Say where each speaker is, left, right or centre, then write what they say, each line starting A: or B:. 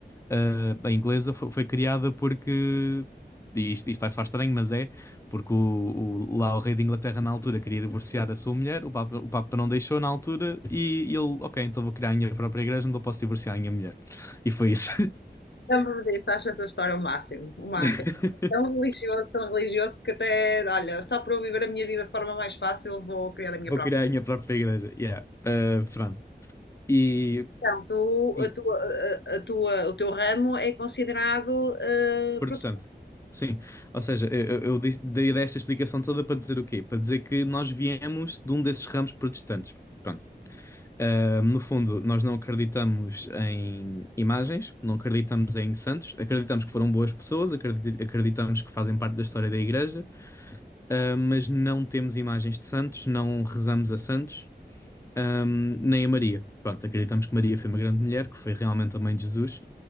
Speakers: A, on the left (about 15°); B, on the left (about 85°).
A: ah, a inglesa foi, foi criada porque. E isto, isto é só estranho, mas é porque o, o- lá o rei de Inglaterra na altura queria divorciar a sua mulher, o Papa, o Papa não deixou na altura e ele, ok, então vou criar a minha própria igreja onde eu posso divorciar a minha mulher. E foi isso.
B: Lembro-me disso, acho essa história o máximo, o máximo.
A: <laughs>
B: Tão religioso, tão religioso que até, olha, só para eu viver a minha vida de forma mais fácil, vou criar a minha
A: Vou
B: própria.
A: criar a minha própria igreja. Yeah. Ah, pronto. E
B: Então, tu,
A: sim,
B: a tua, a, a tua, o teu ramo é considerado eh,
A: protestante.
B: protestante.
A: Sim. Ou seja, eu, eu- eu disse- dei desta explicação toda para dizer o quê? Para dizer que nós viemos de um desses ramos protestantes. Pronto. Uh, no fundo, nós não acreditamos em imagens, não acreditamos em santos, acreditamos que foram boas pessoas, acredit- acreditamos que fazem parte da história da Igreja, uh, mas não temos imagens de santos, não rezamos a santos, um, nem a Maria. Pronto, acreditamos que Maria foi uma grande mulher, que foi realmente a mãe de Jesus,